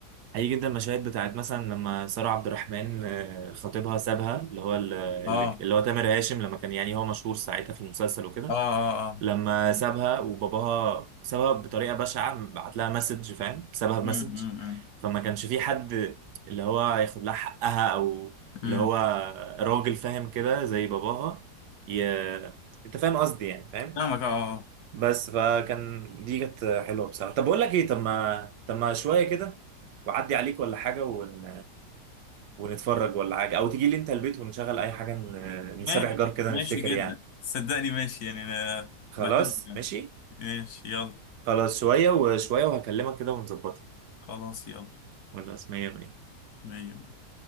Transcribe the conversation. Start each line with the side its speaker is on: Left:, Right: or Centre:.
Right: حقيقي جدا المشاهد بتاعت مثلا لما سارة عبد الرحمن آه، خطيبها سابها اللي هو ال- اللي
Left: اه
Right: اللي هو تامر هاشم لما كان يعني هو مشهور ساعتها في المسلسل وكده
Left: اه اه اه
Right: لما سابها وباباها سابها بطريقة بشعة بعت لها مسج فاهم سابها بمسج
Left: امم امم
Right: فما كانش في حد اللي هو ياخد لها حقها او
Left: امم
Right: اللي هو راجل فاهم كده زي باباها ي... انت فاهم قصدي يعني فاهم
Left: فاهمك اه آه.
Right: بس فكان دي كانت حلوه بصراحه طب بقول لك ايه طب ما طب ما شويه كده وعدي عليك ولا حاجه ون... ونتفرج ولا حاجه او تيجي لي انت البيت ونشغل اي حاجه ن...
Left: ماشي
Right: نسابح جار كده
Left: ماشي
Right: نفتكر
Left: جدا
Right: يعني
Left: صدقني ماشي يعني انا
Right: خلاص
Left: بحب يعني.
Right: ماشي
Left: ماشي يلا
Right: خلاص شويه وشويه وهكلمك كده ونظبطها
Left: خلاص يلا
Right: خلاص مية مية
Left: مية مية